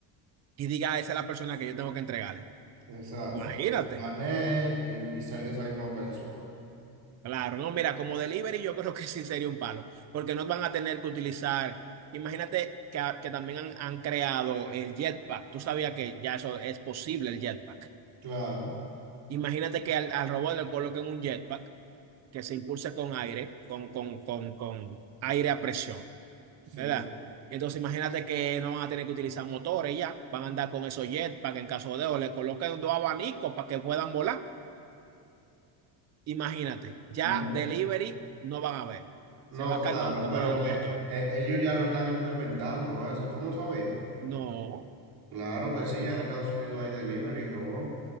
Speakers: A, on the right; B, on the right.
A: y diga, "Ah, esa es la persona que yo tengo que entregarle.
B: Exacto.
A: Imagínate.
B: Pues planee y, y salga esa misma persona.
A: Claro, no, mira, como delivery yo creo que sí sería un palo, porque no van a tener que utilizar, imagínate que, a- que también han, han creado el jetpack, tú sabías que ya eso es posible el jetpack.
B: Claro,
A: Imagínate que al, al robot le coloquen un jetpack que se impulse con aire, con, con, con, con aire a presión,
B: sí.
A: ¿verdad? Entonces imagínate que no van a tener que utilizar motores ya, van a andar con esos jetpack en caso de, o le coloquen dos abanicos para que puedan volar. Imagínate, ya
B: No,
A: delivery no van a ver.
B: no,
A: Se va a
B: claro,
A: calmar un poco
B: pero
A: lo de los
B: que
A: motores.
B: eh, ellos ya lo están implementando eso. ¿Tú no sabías?
A: No,
B: Claro que sí, en Estados Unidos hay delivery, robot.